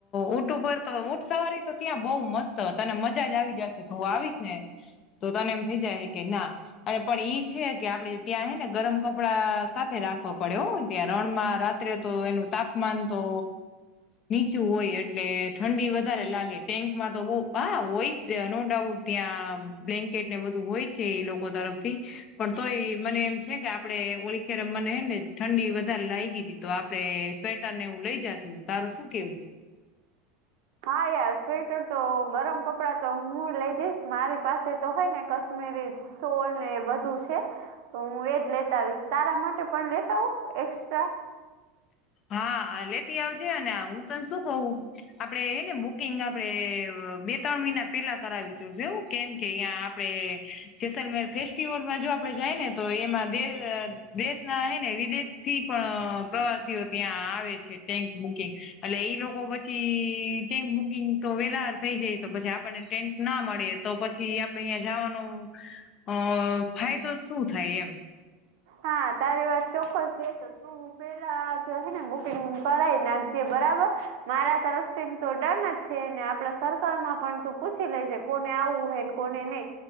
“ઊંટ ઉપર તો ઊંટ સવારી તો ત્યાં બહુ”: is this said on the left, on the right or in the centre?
Left